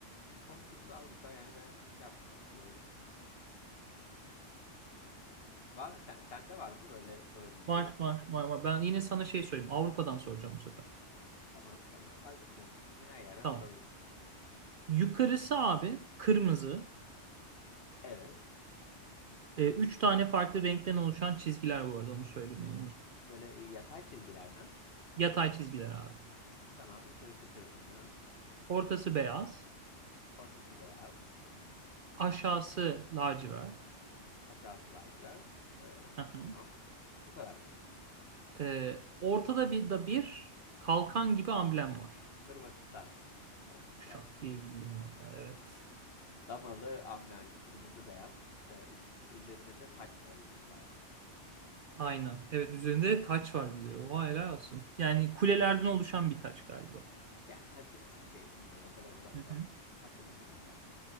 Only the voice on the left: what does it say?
Komşumuz Avrupa yani ben çok şey yapmadım oralara gitmedim. Var sen sende var mı böyle sorabileceğin?
Tamam bana fark etmez. İstediğin her yerden
sorabilirsin.
Evet.
Böyle e, yatay çizgiler mi?
Tamam yukarısı kırmızı.
Ortası beyaz.
Aşağısı lacivert. Ee,
tamam. Bu kadar mı?
Hırvatistan olması
lazım.
Damalı, amber, kırmızı, beyaz. Ee, üz- üzerinde de taç olması lazım.
Yani taçımsı bir şey bilmiyorum. O kadar uzaktan
hatırlamıyorum da.